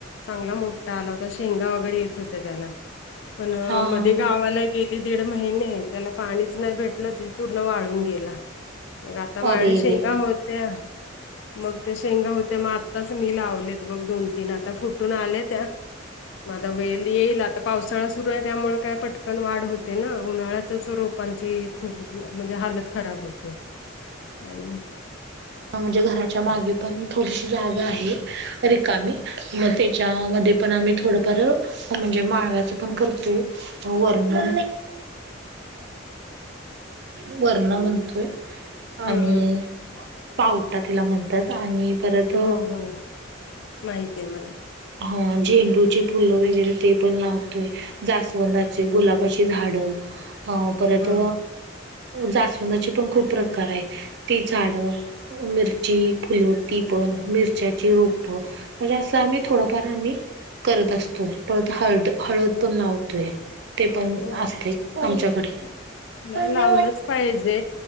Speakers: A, on the left; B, on the right.
A: चांगला मोठा आला होता. शेंगा वगैरे येत होत्या त्याला पण
B: हा
A: मध्ये
B: हा हा.
A: गावाला, गेली दीड महिने त्याला पाणीच नाही, भेटलं ते पूर्ण वाळून गेला मग आता माझ्याकड
B: अरे
A: शेंगा
B: देवा
A: होत्या. मग त्या शेंगा होत्या मग आत्ताच मी लावलेत बघ दोन, तीन आता फुटून आले त्या, मग आता वेल येईल आता पावसाळा सुरू आहे. त्यामुळे काय पटकन वाढ होते ना उन्हाळ्यातच रोप पाची खूप म्हणजे हालत खराब होते. आणि
B: हा म्हणजे घराच्या
A: हम्म
B: मागे पण, थोडीशी जागा आहे रिकामी मग त्याच्यामध्ये पण आम्ही थोडंफार हा म्हणजे माळवयाच पण करतोय वरणा <unintelligible> वरणा म्हणतोय आणि
A: हम्म
B: पावटा तिला म्हणतात <unintelligible> आणि परत
A: हो हो माहिती आहे मला
B: हा झेंडूची फुलं वगैरे ते पण लावतोय. जास्वंदची गुलाबाची झाड अ परत
A: हा
B: जास्वंदाची पण खूप प्रकार आहेत ती झाडं, मिरची, फुल, ती पण मिरच्याची रोपं म्हणजे असं आम्ही थोडंफार आम्ही करत असतोय परत हळद हळद पण लावतोय ते पण
A: हो
B: असते आमच्याकडे
A: नाही
B: मम्मी
A: लावलंच पाहिजे